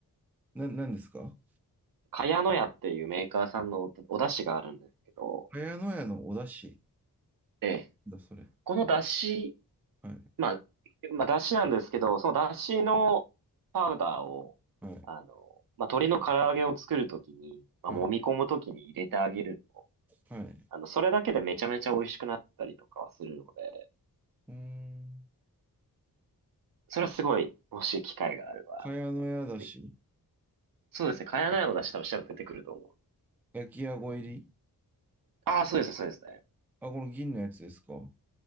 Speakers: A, in the centre; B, on the right (about 60°).
A: な、何ですか
B: ヤノヤっていうメーカーさんのお、お出汁があるんですけど、
A: 茅野屋のお出汁
B: ええ、
A: だ、それ。
B: この出汁、
A: はい。
B: まあ、まあ出汁なんですけど、その出汁のパウダーを、
A: はい。
B: あの、まあ、鶏の唐揚げを作るときに、まあ、
A: はい。
B: 揉み込むときに入れてあげると、
A: はい。
B: あの、それだけでめちゃめちゃ美味しくなったりとかはするので、
A: うーん。
B: それはすごい、もし機会があれば、
A: 茅野屋だし、
B: ぜひ。そうですね、茅乃舎の出汁多分調べて出てくると思う。
A: 焼きあご入り
B: ああ、そうですね、そうですね。
A: あ、この銀のやつですか。は